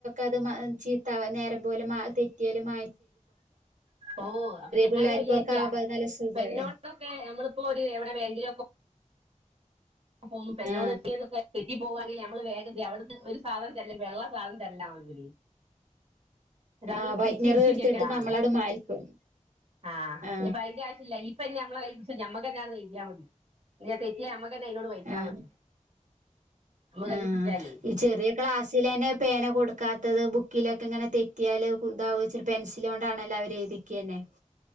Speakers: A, on the right; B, on the right.
A: അത് ചീത്ത നേരം പോലെ തെറ്റിയാലും
B: ഓ അപ്പൊ ഞാൻ
A: പിള്ളേർക്കൊക്കെ
B: വിചാരിക്ക
A: ആവുമ്പോ അത് നല്ല സുഖല്ലേ
B: പേനിയോടൊക്കെ <unintelligible> നമ്മളിപ്പോ ഒരു എവിടെ വേങ്കിലൊക്കെ പോക്പൾ എന്നോട്
A: ആ
B: ചെയ്തൊക്കെറ്റി പോവാെ <unintelligible> മ്മള് വേഗത്തി അവിടു ഒരു സാധനം തരല്ല വെള്ള സാധനം തരല്ല അവല അ
A: ആ
B: അത് ഉറ്റിച്ച്
A: വൈറ്റ്നർ
B: ഉത്തി
A: എടുത്തിട്ട്
B: ചെക്കലണല്ലോ
A: നമ്മളട് മായ്ക്കും
B: ആഇനിപ്പ
A: ആ
B: അയിന്റെ ആവശ്യം ഇില്ല ഇപ്പ നമ്മളമ്മക്ക് നെയ്തിയാൽ മതി ങ്ങനെ തെറ്റിയാ നമ്മക്കെ <unintelligible> വഴിച്ചാൽ
A: ആ
B: മതി നമ്മള് കൈ
A: ആ
B: പിടിച്ചാലേ
A: ഈ ചെറിയ ക്ലാസ്സില തന്നെ പേന കൊടു ക്കാത്തത് ബുക്കിലൊക്കെ ഇങ്ങനെ തെറ്റിയാല് ഇതാവച്ച പെൻസൽ കൊണ്ടാണല്ലോ അവര് എഴുതിക്ക തന്നെ <inaudible>